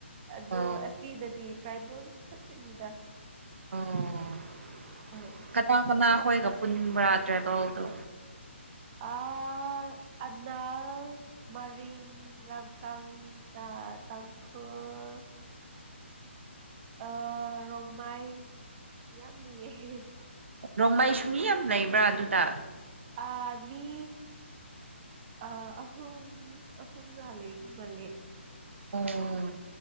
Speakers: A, on the right (about 30°); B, on the right (about 70°).
A: ꯑꯗꯣ
B: ꯑꯣ
A: ꯑꯁꯤꯗꯗꯤ ꯇ꯭ꯔꯥꯏꯕꯦꯜꯁ ꯈꯛꯇꯅꯤꯗ
B: ꯑꯣ
A: ꯍꯣꯏ
B: ꯀꯅꯥ ꯀꯅꯥ ꯈꯣꯏꯒ ꯄꯨꯟꯕ꯭ꯔꯥ ꯇ꯭ꯔꯥꯏꯕꯦꯜꯗꯨ
A: ꯑ ꯑꯅꯥ ꯃꯔꯤꯡ ꯔꯝꯀꯪ ꯇꯥꯡꯈꯨꯜ ꯑ ꯔꯣꯡꯃꯥꯏ ꯌꯥꯝ ꯂꯩꯌꯦ
B: ꯔ‌ꯣꯡꯃꯩꯏꯁꯨ ꯃꯤ ꯌꯥꯝ ꯂꯩꯩꯕ꯭ꯔꯥ ꯑꯗꯨꯗ
A: ꯑ ꯃꯤ ꯑ ꯑꯍꯨꯝ ꯑꯍꯨꯝꯥ ꯂꯩꯕ ꯃꯥꯜꯂꯦ
B: ꯑꯣ